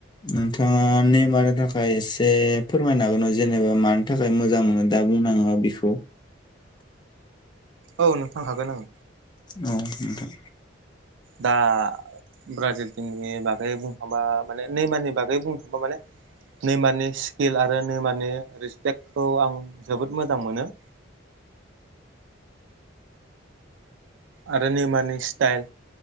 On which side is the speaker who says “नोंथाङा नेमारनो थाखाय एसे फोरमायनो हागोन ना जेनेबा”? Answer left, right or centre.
Left